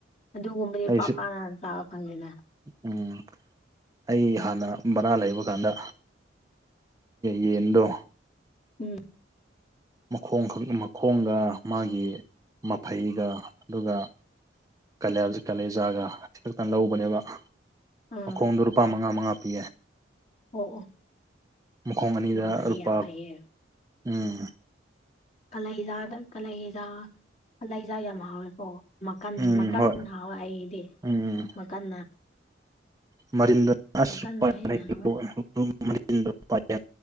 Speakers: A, on the left; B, on the right.
A: ꯑꯗꯨꯒꯨꯝꯕꯗꯤꯄꯥꯄꯥꯅ
B: ꯑꯩꯁꯨ
A: ꯆꯥꯕ ꯐꯪꯗꯦꯅ
B: ꯎꯝ ꯑꯩ ꯍꯥꯟꯅ ꯕꯔꯥ ꯂꯩꯕ ꯀꯥꯟꯗ ꯌꯦꯟꯗꯣ
A: ꯎꯝ
B: ꯃꯈꯣꯡꯈꯛ ꯃꯈꯣꯡꯒ ꯃꯥꯒꯤ ꯃꯐꯩꯒ ꯑꯗꯨꯒ ꯀꯥꯂꯦꯜꯁ ꯀꯥꯂꯦꯟꯖꯥꯒ ꯈꯛꯇ ꯂꯧꯕꯅꯦꯕ
A: ꯑꯥ
B: ꯃꯈꯣꯡꯗꯣ ꯂꯨꯄꯥ ꯃꯉꯥ ꯃꯉꯥ ꯄꯤ
A: ꯑꯣ ꯑꯣ
B: ꯃꯈꯣꯡ ꯑꯅꯤꯗ
A: ꯃꯉꯥꯗꯤ
B: ꯂꯨꯄꯥ
A: ꯌꯥꯝ ꯐꯩꯌꯦ
B: ꯎꯝ
A: ꯀꯥꯂꯩꯖꯥꯗ ꯀꯥꯂꯩꯖꯥ ꯀꯥꯂꯩꯖꯥ ꯌꯥꯝ ꯍꯥꯎꯋꯦꯀꯣ ꯃꯀꯟ
B: ꯎꯝ
A: ꯃꯀꯥꯟ
B: ꯍꯣꯏ
A: ꯍꯋꯥ ꯑꯩꯗꯤ
B: ꯎꯝ
A: ꯃꯈꯜ
B: <unintelligible>
A: ꯃꯀꯟꯅ ꯍꯦꯟꯅ ꯍꯥꯎꯋꯦ